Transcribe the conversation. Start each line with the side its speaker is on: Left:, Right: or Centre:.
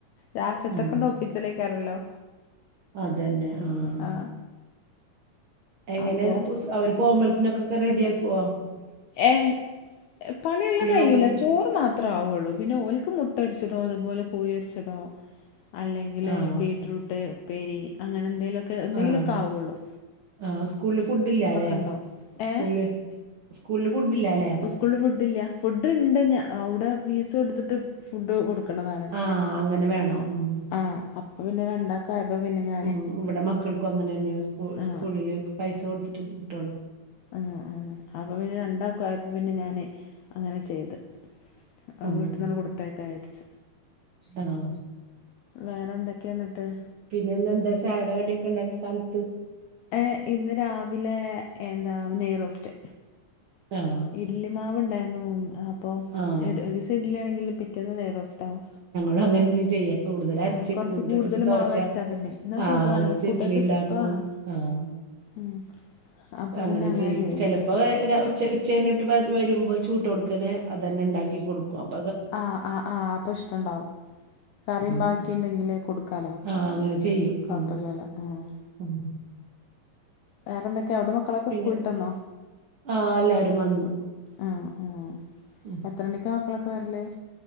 Left: രാത്രിത്തേക്ക്
Right: ഉം
Left: ഒപ്പിച്ചലേക്കാരല്ലോ
Right: അതെന്നെ ആഹ്.
Left: ആ
Right: എങ്ങനെ
Left: അപ്പോൾ
Right: പ്പുസ് അവര് പോവുമ്പൾതിനൊക്കെക്കെ റെഡിയാക്കോ?
Left: ഏഹ്, ഏ പണിയെല്ലം
Right: സ്കൂളിൽ
Left: കയ്യൂലാ
Right: പോകുമ്പോത്തിന്
Left: ചോർ ത് മാത്രേ ആവൊള്ളൂ. പിന്നെ ഓൽക്ക് മുട്ടൊര്ച്ചതോ അത്പോലെ കോയൊര്ച്ചതോ അല്ലെങ്കില്
Right: ആഹ്
Left: ബീറ്റ്റൂട്ട് പ്പേരി അങ്ങനെ ന്തെലൊക്കെ എന്തെങ്കിലൊക്കെ
Right: ആഹ്
Left: ആവൊള്ളൂ.
Right: ആഹ്, സ്കൂൾല് ഫുഡില്ല്യ ല്ലെ?
Left: ഉണ്ടാവും
Right: സ്കൂൾല്
Left: ഏ
Right: സ്കൂൾല് ഫുഡില്ല്യ ല്ലെ?
Left: കൂളിൽ ഫുഡ് ഇല്ല്യ. ഫുഡ് ണ്ട് ഞാ അവ്ടെ ഫീസൊട്ത്ത്ട്ട് ഫുഡ് കൊട്ക്കും. <unintelligible> താണ്.
Right: ആഹ് അങ്ങനെ വേണം
Left: അഹ്
Right: ഉം
Left: അഹ് അപ്പൊ പിന്നെ രണ്ടാക്കായപ്പൊ പിന്നെ ഞാ
Right: ഉ ഇവിടെ മക്കൾക്കും അങ്ങനെ തന്നെയ സ്കു
Left: ആ
Right: സ്കൂളില് പൈസ കൊടുത്തിട്ട് കിട്ടുവുള്ളൂ
Left: ആഹ്, ആഹ് അപ്പൊപിന്നെ രണ്ടാക്കു ആയപ്പോ പിന്നെ ഞാനെ അങ്ങനെ ചെയ്ത്. ആഹ്,
Right: ഉം
Left: വീട്ടിന്നെന്നെ കൊടുത്തയക്കായാര്ച്ച്.
Right: ആഹ്.
Left: വേറെന്തെക്കെന്നട്ട്?
Right: പിന്നെന്നെന്താ ചായെടെ കട്യൊക്കെണ്ടാക്കി കാൽത്ത്.
Left: ഏഹ്, ഇന്ന് രാവിലെ എന്താ നെയ്റോസ്റ്റ്.
Right: ആഹ്.
Left: ഇഡ്ലി മാവ്ണ്ടായിരുന്നൂ അപ്പൊ
Right: ആഹ്
Left: ഇഡ് ഒരീസം ഇഡ്ലി ആണെങ്കിൽ പിറ്റേന്ന് നെയ്റോസ്താവും.
Right: ളങ്ങനെന്നെ <unintelligible> ചെയ കൂടുതലരച്ചക്കും
Left: കുറച്ച്
Right: ന്നട്ടൊരുസം
Left: കൂടുതൽ
Right: ദോഷ
Left: മാവ് അരച്ചാ പിന്നെ എന്നാ
Right: ആഹ്
Left: സുഖമാണ്
Right: ഒരുസം
Left: കുട്ടികൾക്ക്
Right: ഇഡ്ലിണ്ടാക്കും
Left: ഇഷ്ടമാണ്
Right: ആഹ്
Left: ഉം. അപ്പൊ
Right: അങ്ങനെ
Left: പിന്നെ
Right: ചെയ്യും.
Left: ചെയ്യല്
Right: ചെല അപ്പൊ എ ഒര് ഉച്ച ഉച്ചര്ഞ്ഞിട്ട് വര് വരുമ്പോൾ ചൂടൊട്ക്കനെ അതെന്നെ ണ്ടാക്കി കൊടുക്കും അ
Left: ആഹ്, ആഹ്, ആഹ്, അപ്പഷ്ടണ്ടാവും. കറിം
Right: ഉം
Left: ബാക്കിണ്ടെങ്കില് കൊട്ക്കാലോ.
Right: ആഹ് അങ്ങനെ ചെയ്യും
Left: കൊഴപല്യാലോ
Right: ഉം
Left: ആഹ്.
Right: ഉം.
Left: വേറെന്തൊക്കെ അവ്ടെ മക്കളൊക്കെ
Right: പിന്നെ
Left: സ്കൂൾട്ടന്നോ?
Right: ആഹ് എല്ലാരും വന്ന്
Left: ആഹ് ആഹ്.
Right: ഉം.
Left: എത്രണിക്കാ മക്കളൊക്കെ വെര്ല്?